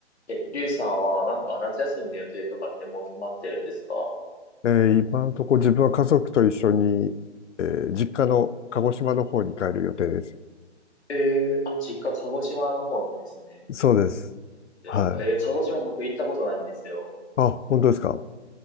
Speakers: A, on the left (about 65°); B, on the left (about 80°).
A: え、りゅうさんはなんか夏休みの予定とかってもう決まってるんですか
B: えー今のところ自分は家族と一緒に、えー実家の鹿児島の方に帰る予定です。
A: えー、あ、実家鹿児島の方なんですね。
B: そうです。
A: ですか。
B: はい。
A: えー、鹿児島僕行ったことないんですよ。
B: あ、本当ですか。